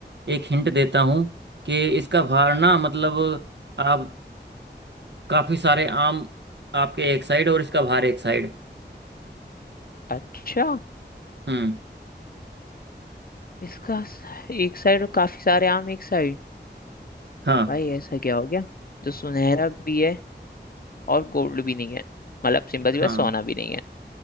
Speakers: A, on the right (about 75°); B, on the left (about 55°).
A: एक हिंट देता हूं कि इसका भार ना मतलब आप काफी सारे आम आपके एक साइड और इसका भार एक साइड
B: अच्छा
A: हम्म
B: इसका स- एक साइड और काफी सारे आम एक साइड
A: हाँ
B: भाई ऐसा क्या हो गया जो सुनहरा भी है और गोल्ड भी नहीं है मतलब सिंपल सी
A: हाँ
B: बात सोना भी नहीं है